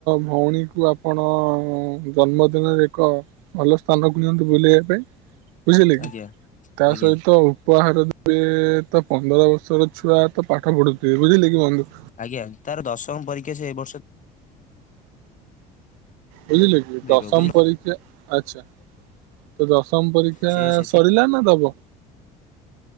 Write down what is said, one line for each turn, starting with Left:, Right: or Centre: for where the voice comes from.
Right: ଭଉଣୀକୁ ଆପଣ ଜନ୍ମଦିନରେ ଏକ ଭଲ ସ୍ଥାନକୁ ନିଅନ୍ତୁ ବୁଲେଇବାପାଇଁ ବୁଝିଲେ କି?
Left: ଆଜ୍ଞା
Right: ତା
Left: ଆଜ୍ଞା।
Right: ସହିତ ଉପହାର ଏ ତ ପନ୍ଦର ବର୍ଷର ଛୁଆ ତ ପାଠ ପଢୁଛି ବୁଝିଲେ କି ବନ୍ଧୁ?
Left: ଆଜ୍ଞା, ତାର ଦଶମ ପରୀକ୍ଷା ସେ ଏଇ ବର୍ଷ
Right: ବୁଝିଲେ କି
Left: ଦେବ
Right: ଦଶମ
Left: ବୁଝିଲ
Right: ପରୀକ୍ଷା, ଆଛା। ତ ଦଶମ ପରୀକ୍ଷା
Left: ସେ ସେଥି
Right: ସରିଲା ନା ଦବ?